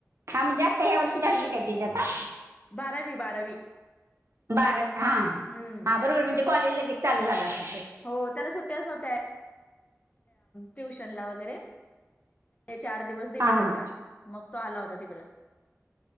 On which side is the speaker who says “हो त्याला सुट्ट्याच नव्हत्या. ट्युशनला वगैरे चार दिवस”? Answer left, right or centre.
Left